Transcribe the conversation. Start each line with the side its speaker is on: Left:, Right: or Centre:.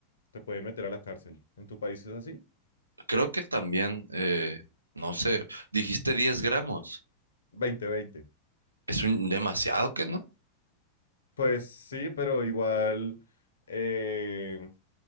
Left: te pueden meter a la cárcel. ¿En tu país es así?
Right: Creo que también, eh, no sé, dijiste 10 gramos.
Left: veinte veinte
Right: Es un demasiado que no.
Left: Pues sí, pero igual eh,